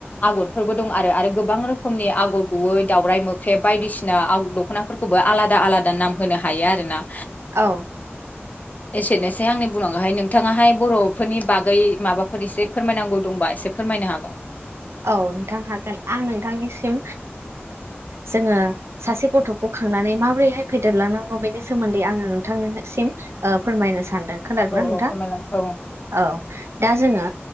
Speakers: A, on the left; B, on the right.
A: आगरफोरबो दं आरो आरो गोबां रोखोमनि आगर गुबै दावराय मोख्रेब बायदिसिना दख'नाफोरखौबो आलादा आलादा नाम होनो हायो आरोना
B: औ
A: एसेनोसै आंनि बुंनांगौहाय नोंथाङाहाय बर'फोरनि बागै माबाफोर एसे फोरमायनांगौ दंबा एसे फोरमायनो हागोन
B: औ नोंथां हागोन आं नोंथांनिसिम जोङो सासे गथ'खौ खांनानै माबोरैहाय फेदेरलांनांगौ बेनि सोमोन्दै आङो नोंथांनिसिम फोरमायनो सानदों खोनादों
A: औ
B: ना नोंथां
A: औ फोरमायलाय औ
B: औ दा जोङो